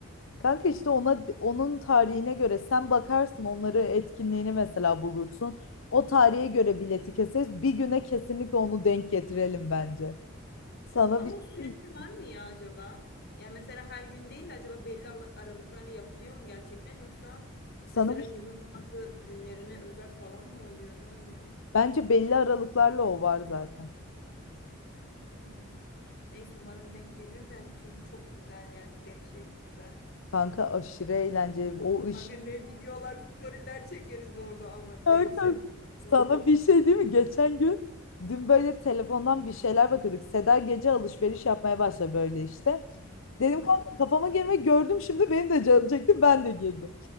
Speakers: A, on the left (about 70°); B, on the left (about 50°).
A: Kanka işte ona onun tarihine göre sen bakarsın onları etkinliğini mesela bulursun. O tarihe göre bileti keseriz. Bir güne kesinlikle onu denk getirelim bence. Sana
B: Ama
A: bir şey
B: o sürekli
A: diyeyim
B: var
A: mi?
B: mı ya acaba? Yani mesela her gün değil de acaba belli al- aralıklarla yapılıyor mu gerçekten yoksa
A: sana
B: mesela
A: bir
B: yılın
A: şey
B: bazı
A: diyeyim mi?
B: günlerine özel falan mı oluyor? Ne oluyor?
A: bence belli aralıklarla o var zaten.
B: Hmm. Neyse umarım denk gelir de çünkü çok güzel yani dehşet güzel.
A: Kanka aşırı eğlenceli. O ışık.
B: Kanka ne videolar, storyler çekeriz orada ama
A: Kanka,
B: dehşet
A: sana
B: olur.
A: bir şey değil mi? Geçen gün dün böyle telefondan bir şeyler bakıyorduk. Seda gece alışveriş yapmaya başladı böyle işte. Dedim
B: Hı hı.
A: kanka kafama girme gördüm şimdi benim de canım çekti ben de girdim.